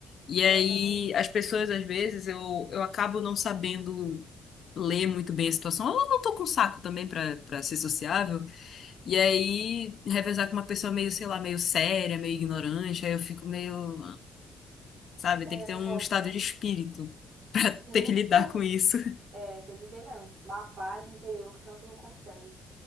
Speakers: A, on the left (about 55°); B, on the right (about 50°).
A: E aí,
B: Eu também.
A: as pessoas, às vezes, eu, eu acabo não sabendo ler muito bem a situação. Eu não tô com saco também pra para ser sociável. E aí, revezar com uma pessoa meio, sei lá, meio séria, meio ignorante, aí eu fico meio, sabe,
B: É,
A: tem que ter
B: não
A: um
B: gosto.
A: estado de espírito,
B: Sim,
A: ter que lidar com isso.
B: é, tem que ter mesmo. Uma paz interior, que senão tu não consegue.